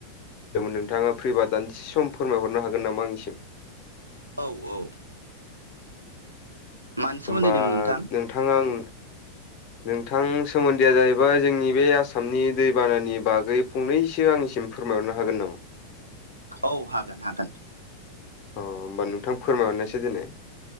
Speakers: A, on the left; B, on the right.
A: नोंथाङा फ्रिबा दान्से सम फोरमायहरनो हागोन नामा आंनिसिम?
B: औ औ। मानि सोमोन्दैदोंमोन
A: होमबा
B: नोंथां
A: नोंथाङा आं नोंथां सोमोन्दैआ जाहैबाय जोंनि बे आसामनि दैबानानि बागै फंनैसो आंनिसिम फोरमायहरनो हागोन नामा?
B: औ हागोन हागोन,
A: अ होनोमबा नोंथां फोरमायहरनोसै दिनै,